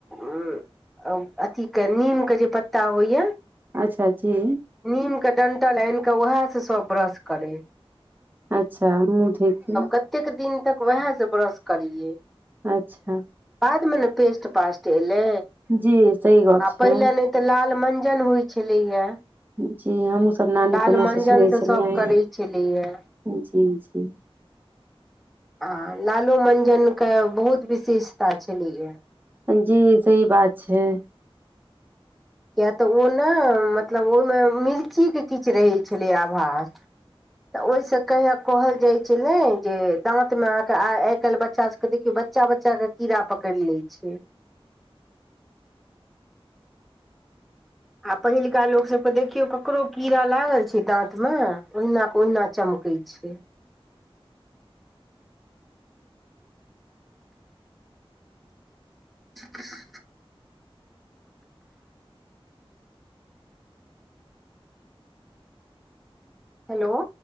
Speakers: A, in the centre; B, on the right (about 20°).
A: उं अथीके नीमके जे पत्ता होइए
B: अच्छा जी
A: नीमके डन्टल आनि कऽ उएहसँ सभ ब्रश करय।
B: अच्छा मुह धोइके
A: कतेक दिन तक वएह से ब्रश करियै
B: अच्छा
A: बादमें ने पेस्ट पास्ट एलै।
B: जी सही गप
A: आ
B: छै।
A: पहिले नहि तऽ लाल मंजन होइ छलैया
B: जी हमहुँ सब नानी
A: लाल
B: के मुँह
A: मञ्जन
B: से सुनै
A: स
B: छलियै
A: सब करै छलैयै।
B: जी जी
A: आ लालो मंजन के बहुत विशेषता छलैया
B: जी सही बात छै।
A: किए तऽ ओ ने मतलब ओइमे मिर्चीके किछ रहै छलैयै आभास तऽ ओहि से कहै कहल जाइ छलै जे दांत मे अहाँके आइ काल्हि बच्चा सब के देखियौ बच्चा बच्चा के कीड़ा पकड़ि ले छै आ पहिलका लोक सब के देखियो ककरो कीड़ा लागल छै दांत में ओहिना के ओहिना चमक कयै छै। <unintelligible> हेलो